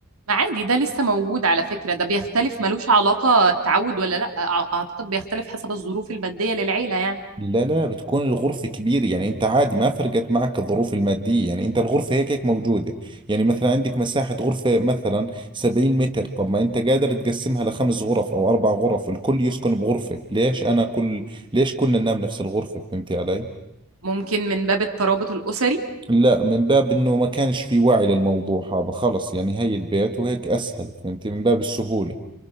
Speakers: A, on the right (about 70°); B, on the right (about 20°).
A: ما عادي ده لسه موجود على فكره ده بيختلف ملوش علاقه التعود ولا لا أع- اعتقد بيختلف حسب الظروف الماديه للعيله يعني
B: لا لا بتكون الغرفة كبيرة يعني انت عادي ما فرقت معك الظروف المادية يعني انت الغرفة هيك هيك موجودة يعني مثلا عندك مساحة غرفة مثلا 70 متر طب ما انت قادر تقسمها لخمس غرف او اربع غرف الكل يسكن بغرفة ليش انا كل ليش كلنا ننام نفس الغرفة فهمتي علي
A: ممكن من باب الترابط الاسري
B: لا من باب انه ما كانش في وعي للموضوع هذا خلص يعني هي البيت وهيك اسهل فهمتي من باب السهولة